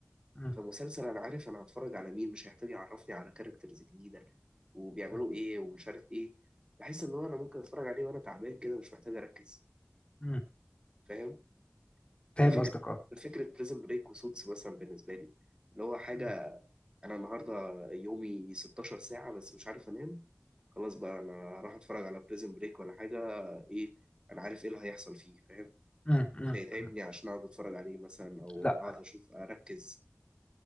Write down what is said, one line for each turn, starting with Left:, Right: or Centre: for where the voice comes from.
Left: مم،
Right: فمسلسل أنا عارف أنا هتفرج على مين مش هيحتاج يعرفني على كاركترز جديدة وبيعملوا
Left: مم،
Right: إيه ومش عارف إيه بحس إن هو أنا ممكن أتفرج عليه وأنا تعبان كده مش محتاج أركز
Left: مم.
Right: فاهم
Left: فاهم
Right: ده فكرة
Left: قصدك اه
Right: فكرة بريزن بريك وسوتس مثلا بالنسبة لي اللي هو حاجة
Left: مم،
Right: أنا النهاردة يومي 16 ساعة بس مش عارف أنام خلاص بقى أنا هروح أتفرج على بريزن بريك ولا حاجة إيه أنا عارف إيه اللي هيحصل فيه فاهم
Left: مم، مم،
Right: مش هيتعبني
Left: مم.
Right: عشان أقعد أتفرج عليه مثلا أو
Left: لا
Right: أقعد أشوف أركز